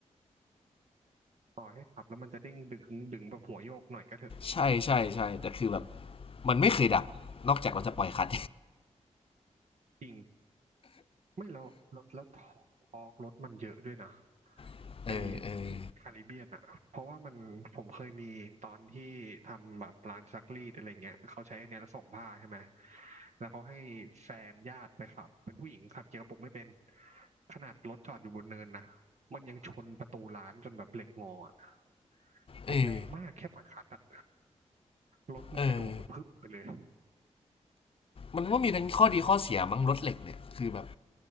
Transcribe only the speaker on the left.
ใช่ใช่ใช่แต่คือแบบมันไม่เคยดับ นอกจากเราจะปล่อยคัด
<laughs> เออเออ
เออ
เออมันก็มีทั้งข้อดีข้อเสียมั้งรถเหล็กเนี่ยคือแบบ